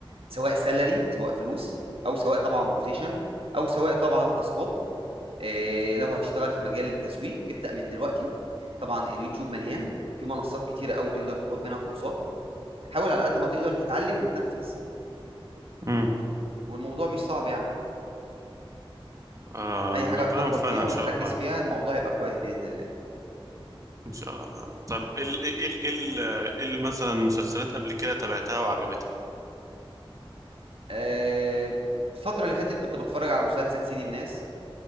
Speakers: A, on the right; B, on the right.
A: سواء سالري سواء فلوس او سواء طبعا بوزيشن او سواء طبعا تاسكات آه، لو هتشتغل في مجال التسويق ابدأ من دلوقتي طبعا اليوتيوب مليان في منصات كتيرة قوي تقدر تاخد منها كورسات حاول على قد ما تقدر تتعلم وتنفذ
B: مم.
A: والموضوع مش صعب يعني
B: آه
A: اي حاجه
B: ربنا
A: هتفكر
B: يوفقنا
A: فيها
B: إن
A: وهتركز
B: شاء الله يعني.
A: فيها الموضوع هيبقى كويس باذن الله
B: إن شاء الله طب إيه ال إيه ال إيه ال إيه ال مثلا مسلسلات قبل كده تابعتها وعجبتك
A: آه، الفتره اللي فاتت كنت بتفرج على مسلسل سيدي الناس